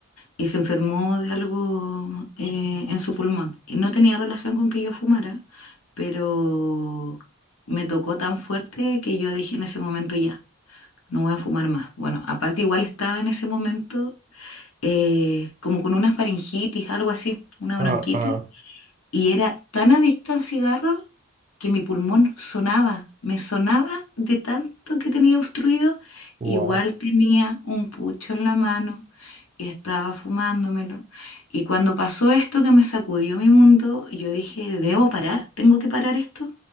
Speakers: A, on the left; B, on the right.
A: y se enfermó de algo eh, en su pulmón. Y no tenía relación con que yo fumara, pero me tocó tan fuerte que yo dije en ese momento ya, no voy a fumar más. Bueno, aparte igual estaba en ese momento eh, como con una faringitis, algo así, una
B: Ah,
A: bronquitis.
B: ah,
A: Y era tan adicta al cigarro que mi pulmón sonaba, me sonaba de tanto que tenía obstruido.
B: wow,
A: Igual tenía un pucho en la mano y estaba fumándomelo. Y cuando pasó esto que me sacudió mi mundo, yo dije, debo parar, tengo que parar esto.